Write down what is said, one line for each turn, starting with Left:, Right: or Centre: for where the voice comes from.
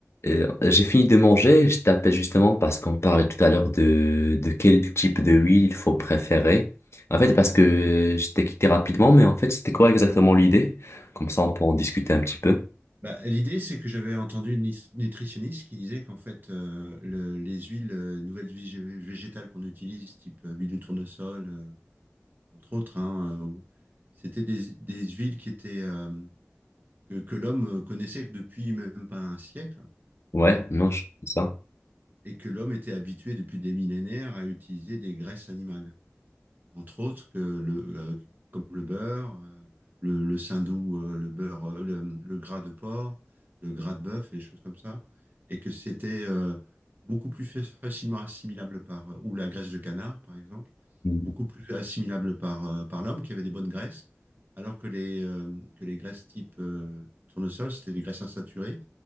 Left: Euh, j'ai fini de manger, je t'appelle justement parce qu'on parlait tout à l'heure de, de quel type de huile il faut préférer. En fait, parce que je t'ai quitté rapidement, mais en fait, c'était quoi exactement l'idée? Comme ça, on peut en discuter un petit peu.
Right: Bah, l'idée, c'est que j'avais entendu une nit- nutritionniste qui disait qu'en fait, euh, le- les huiles, euh, nouvelles huiles vég- végétales qu'on utilise, type euh, huile de tournesol, euh, entre autres, hein, euh, ou- c'était des, des huiles qui étaient, euh, que, que l'homme euh, connaissait que depuis même pas un siècle,
Left: Ouais, non,
Right: euh,
Left: je c'est ça.
Right: et que l'homme était habitué depuis des millénaires à utiliser des graisses animales. entre autres que le, euh, comme le beurre, euh, le, le saindoux, euh, le beurre, euh, le, le gras de porc, le gras de bœuf et des choses comme ça, et que c'était euh, beaucoup plus fa- facilement assimilable par, euh, ou la graisse de canard par exemple,
Left: Mm.
Right: beaucoup plus assimilable par, euh, par l'homme qui avait des bonnes graisses, alors que les, euh, que les graisses type euh, tournesol, c'était des graisses insaturées